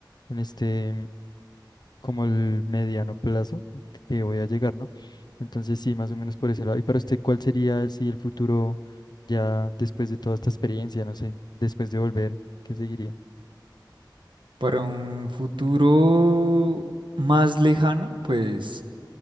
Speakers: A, on the left; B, on the right.
A: en este, como el mediano plazo que voy a llegar, ¿no? Entonces sí, más o menos por ese lado. ¿Y para usted cuál sería si el futuro ya después de toda esta experiencia, no sé, después de volver, qué seguiría?
B: Para un futuro más lejano, pues...